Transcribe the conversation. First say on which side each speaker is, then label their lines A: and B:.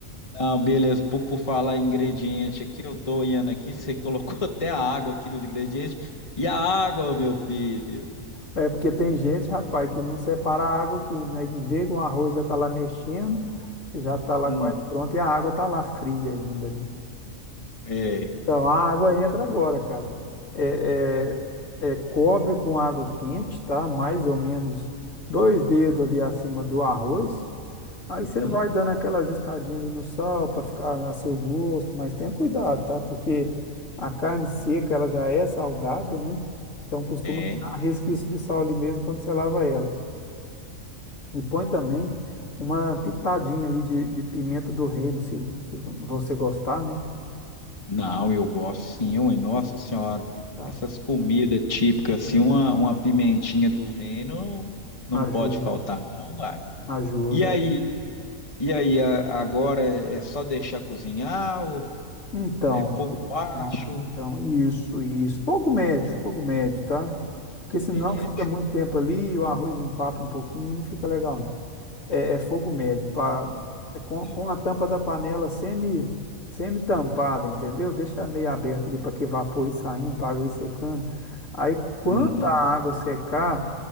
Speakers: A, on the left (about 25°); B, on the left (about 65°).
A: não, beleza, por, por falar em ingrediente aqui, eu tô olhando aqui, você colocou <laughs> até a água aqui nos ingredientes, e a água, meu filho?
B: É é porque tem gente, rapaz, que não separa a água quente, né? Que Vê que o arroz já tá lá mexendo, já tá lá
A: Hum,
B: quase pronto e a água tá lá fria ainda, né?
A: é,
B: Então,
A: verdade.
B: a água entra agora, cara. É, é, é, cobre com água quente, tá? Mais ou menos dois dedos ali acima do arroz. Aí
A: Uhum,
B: você vai dando aquela ajustadinha ali no sal para ficar a seu gosto, mas tenha cuidado, tá? Porque a carne seca, ela já é salgada, né? Então costuma
A: é.
B: ficar um resquício de sal ali mesmo quando você lava ela. E põe também uma pitadinha ali de, de pimenta do reino, se, se você gostar, né?
A: Não, eu gosto sim, ué. Nossa Senhora,
B: Tá?
A: essas comidas típicas, assim, uma, uma pimentinha do reino não
B: Ajuda,
A: pode faltar, não, uai.
B: ajuda.
A: E aí, e aí, a- agora é, é só deixar cozinhar ou
B: Então,
A: é fogo baixo,
B: então, então, isso, isso. Fogo médio, fogo médio, tá? Porque senão
A: médio?
B: fica muito tempo ali, o arroz empapa um pouquinho e não fica legal, é, é fogo médio, pá, é com,
A: né?
B: com a tampa da panela semi, semi-tampada, entendeu? Deixa meio aberto ali para que vapor ir saindo, para água ir secando. Aí, quando
A: Uhum.
B: a água secar